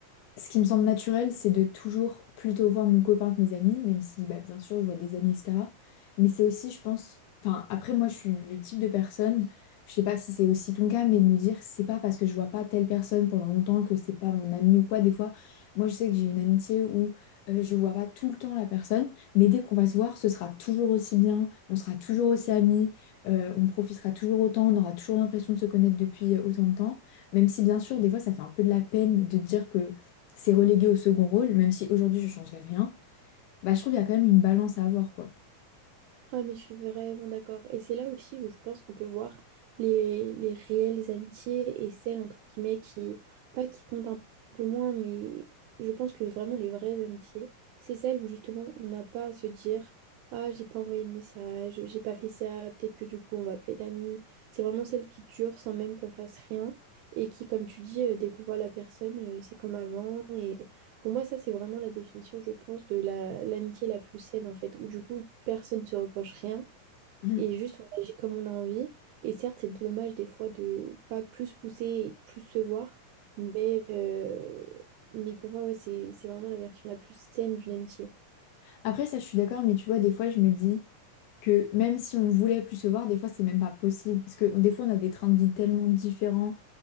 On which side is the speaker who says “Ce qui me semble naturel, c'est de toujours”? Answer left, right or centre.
Left